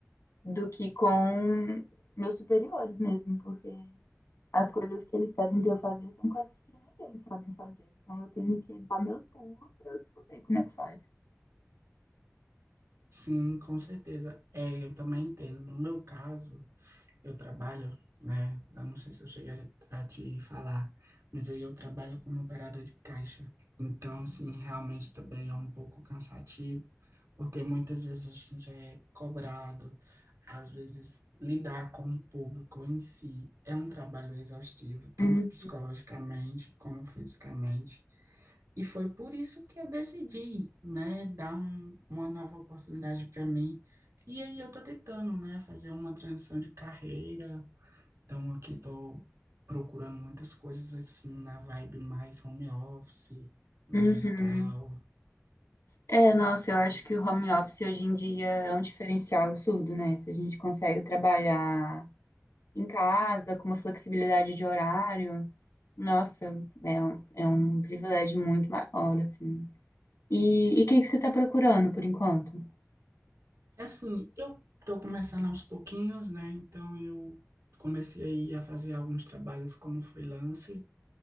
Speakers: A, on the left; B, on the right.
A: do que com meus superiores mesmo, porque as coisas que eles pedem pra eu fazer são coisas que nem eles sabem fazer. Então eu tenho que dar meus pulos pra eu descobrir como é que faz.
B: Sim, com certeza. É, eu também entendo. No meu caso, eu trabalho, né? Eu não sei se eu cheguei a te falar, mas aí eu trabalho como operador de caixa. Então, assim, realmente também é um pouco cansativo, porque muitas vezes a gente é cobrado, às vezes lidar com o público em si é um trabalho exaustivo, tanto
A: Uhum,
B: psicologicamente como fisicamente. E foi por isso que eu decidi, né, dar um- uma nova oportunidade para mim. E aí eu tô tentando, né, fazer uma transição de carreira, então, aqui estou procurando muitas coisas assim na vibe mais home office, no
A: uhum.
B: digital.
A: É, nossa, eu acho que o home office hoje em dia é um diferencial absurdo, né? Se a gente consegue trabalhar em casa, com uma flexibilidade de horário. Nossa, é um, é um privilégio muito maior, assim. E o que que você está procurando por enquanto?
B: Assim, eu estou começando aos pouquinhos, né? Então, eu comecei aí a fazer alguns trabalhos como freelance,